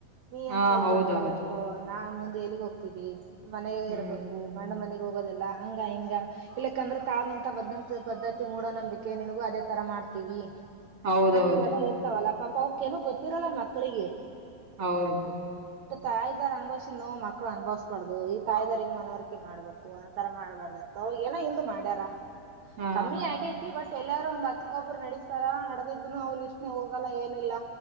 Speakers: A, on the right; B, on the right.
A: ನೀ ಏನ್
B: ಹಾ
A: ಕಲ್ತ
B: ಹೌದೌದು
A: ಏನ್ ಮಾಡಬೇಕೋ ನಾ ಮುಂದೆ ಎಲ್ಲಿಗ್ ಹೋಗ್ತಿದ್ದಿ ಮನೆ
B: ಹ್ಮ್
A: ಇರಬೇಕು ಗಂಡ ಮನೆಗೆ ಹೋಗೋದಲ್ಲ ಹಂಗ ಹಿಂಗ ಇಲ್ಲಕ್ಕಂದ್ರೆ ತಾಳಂತ ಬದ್ದಂತ ಪದ್ಧತಿ ಮೂಡ ನಂಬಿಕೆ ನಿನಗೂ ಅದೇ ತರ ಮಾಡ್ತೀವಿ
B: ಹೌದೌದು
A: ಅಂದ ಇವೆಲ್ಲ ಇರ್ತಾವಲ್ಲ ಪಾಪ ಅವಕ್ಕ ನ ಗೊತ್ತಿರಲ್ಲ ಮಕ್ಳಿಗೆ
B: ಹೌದು
A: ತಾಯಿದರ್ ಅನುಭವ್ ನೋ ಮಕ್ಳು ಅನುಭವ್ಬಾರ್ದ ಈಗ ತಾಯಿಾರಿಗೆ ಮನವರಿಕೆ ಮಾಡ್ಬೇಕು ಆ ತರ ಮಾಡಬಾರ್ದು ಅವ ಏನೋ ಹಿಂದ ಮಾಡ್ಯಾರ
B: ಹಾ
A: ಕಮ್ಮಿ ಆಗೇತಿ ಬಟ್ ಎಲ್ಲಾರು ಒಂದ್ ಹತ್ಕ್ಕೊಬ್ಬರು ನಡಸ್ತಾರ ನಡದಿದ್ದನು ಅವ್ರು ಇಷ್ಟನೆೇ ಹೋಗ ಹೋಗಲ್ಲ ಏನಿಲ್ಲ